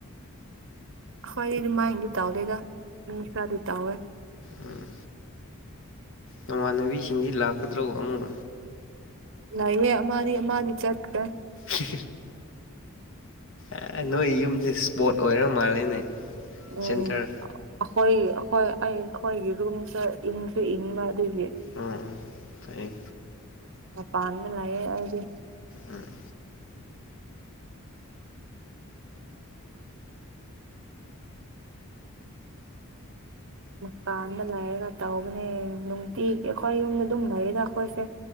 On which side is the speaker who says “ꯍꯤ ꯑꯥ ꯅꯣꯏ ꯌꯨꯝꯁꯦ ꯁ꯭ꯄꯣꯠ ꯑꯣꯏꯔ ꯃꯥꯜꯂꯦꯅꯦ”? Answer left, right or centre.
Left